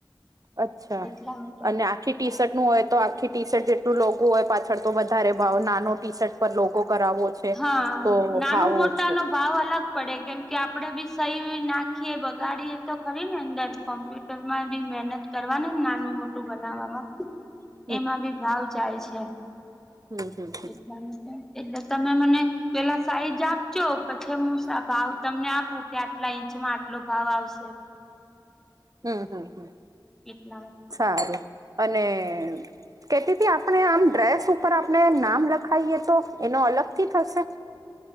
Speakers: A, on the right; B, in the centre.
A: અચ્છા,
B: એટલા માટે.
A: અને આ આખી ટી શર્ટ નું હોય તો આખી ટી શર્ટ જેટલું લોગું હોય પાછળ તો વધારે ભાવ નાનો ટી શર્ટ પર લોગો કરાવવો છે.
B: હા
A: તો
B: નાનું
A: ભાવ
B: મોટા
A: ઓછો
B: ન ભાવ અલગ પડે કેમ કે આપડે બી સહી નાખીએ બગાડીએ તો ખરી ને અંદર કોમ્પ્યુટર માં બી મહેનત કરવાની નાનું મોટું બનાવવામાં.
A: હ <inaudible>
B: એમાં બી ભાવ જાય છે.
A: હમ હમ.
B: એલા <unintelligible> એટલે તમે મને પેલા સાઈજ આપજો પછી હું ભાવ તમને આપું. આટલા ઇંચમાં આટલો ભાવ આવશે,
A: હમ હમ હમ
B: એટલા.
A: સારું, અને- કેતીથી આપણે આમ ડ્રેસ ઉપર આપણે નામ લખાવએ તો એનો અલગથી થશે?